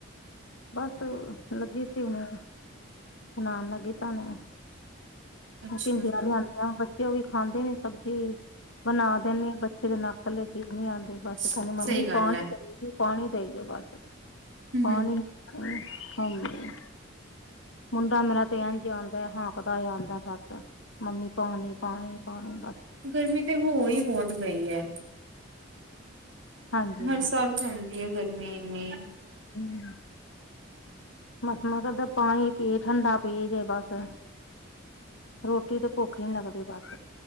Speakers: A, on the left (about 70°); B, on the right (about 70°).
A: ਬਸ, ਲੱਗੀ ਸੀ ਹੁਨੇ, ਬਣਾਣ ਲੱਗੀ ਸਾਨ।
B: ਅੱਛਾ
A: ਭਿੰਡੀਆਂ ਲਿਆਂਦੀਆਂ ਬੱਚੇ ਓ ਵੀ ਖਾਂਦੇ ਨੇ ਸਬਜੀ। ਬਣਾ ਦੇਨੀ ਆਂ ਬੱਚੇ ਦੇ ਨੱਕੇ ਥੱਲੇ ਚੀਜ਼ ਨੀ ਆਂਦੀ ਬਸ
B: ਸਹੀ
A: ਕੈਂਦੇ ਮੰਮੀ
B: ਗੱਲ
A: ਪਾਂ <unintelligible>
B: ਹੈ
A: ਪਾਣੀ ਦੇਈ ਜਾਓ ਬਸ,
B: ਹਮ
A: ਪਾਨੀ ਹਾਂਜੀ, ਮੁੰਡਾ ਮੇਰਾ ਤੇ ਏਂਜ ਆਉਂਦਾ ਏ ਹੌਂਕਦਾ ਏ ਔਂਦਾ। ਬਸ, ਮੰਮੀ ਪਾਣੀ ਪਾਣੀ ਪਾਣੀ ਬਸ।
B: ਗਰਮੀ ਤੇ ਹੋ ਈ ਬੋਤ ਗਈ ਐ।
A: ਹਾਂਜੀ
B: ਹਰ ਸਾਲ ਪੈਂਦੀ ਐ ਗਰਮੀ ਇੰਨੀ।
A: ਹੂੰ। ਬਸ ਮਨ ਕਰਦਾ ਪਾਣੀ ਪੀਏ ਠੰਡਾ ਪੀਏ ਜੇ ਬੱਸ। ਰੋਟੀ ਤੇ ਭੁੱਖ ਈ ਨੀ ਲੱਗਦੀ ਬਸ।